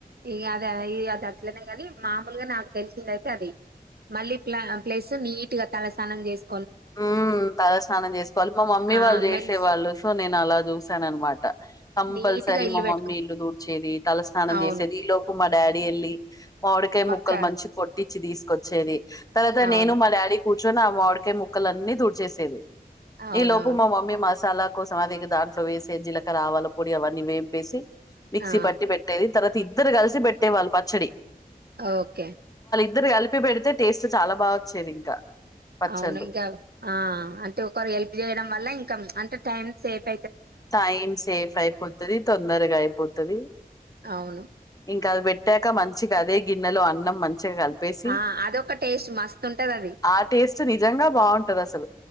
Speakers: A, on the right; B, on the left.
A: ఇ అదెదె ఇ అది అట్లనే కాని మామూల్గ నాకు తెలిసిందయితే అది, మళ్ళీ ప్ల ప్లస్ నీట్ గా తలస్నానం చేసు
B: హుమ్ తలస్నానం చేసుకోలి, మా మమ్మీ
A: ఆ
B: వాల్ చేసేవాళ్ళు
A: మెన్స్
B: సొ నేన్ అలాచూసానన్మాట, కంపల్సరీ
A: నీట్గా ఇల్లు
B: మా
A: పెట్టుకో
B: మమ్మీ ఇల్లు తుడ్చేది తల స్నానం
A: అవును
B: చేసేది, ఈ లోప్ మా డ్యాడి ఎల్లి మామిడికాయ్
A: వక్క
B: ముక్కల్ మంచి కొట్టి చ్ తీసుకొచ్చేది తర్వాత
A: అవును
B: నేను మా డ్యాడి పుచ్చు నా మాడికాయ ముక్ ముక్కలన్నీ దూడ్చెసేది
A: అవునవును
B: ఈ లోపు మా మమ్మీ మసాలా కోసం అదె కద సొ వేసే జీలక రావాల పొడి అవన్నీ వేంపేసి మిక్సీ
A: ఆ
B: పట్టి పెట్టేది తర్వాత్ ఇద్దరు కల్సి పెట్టేవాళ్ళు పచ్చడి
A: ఓకే
B: ఇద్దరు కలిపి పెడితే టేస్ట్ చాలా బాగా వచ్చేది ఇంకా పచ్చళ్లుు
A: అవును ఇంకా ఆ అంటే ఒకరు హెల్ప్ చేయడం వల్ల ఇంకా టే టైమ్ సేప్
B: టైం సేఫ్ అయిపోతుంది తొందరగా అయిపోతుంది
A: అవును
B: ఇంకా అది పెట్టాక మంచి కా అదే గిన్నెలో అన్నం మం చిగ కలిపేసి
A: ఆ అదొక టేస్ట్ మస్తు ఉంటది అది
B: ఆ టేస్ట్ నిజంగా బాగుంటాది అసలు